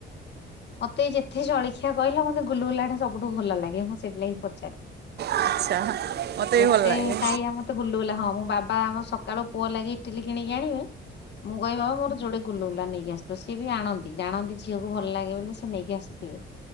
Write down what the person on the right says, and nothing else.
ଆଚ୍ଛା। ମୋତେ ବି
ଭଲ ଲାଗେ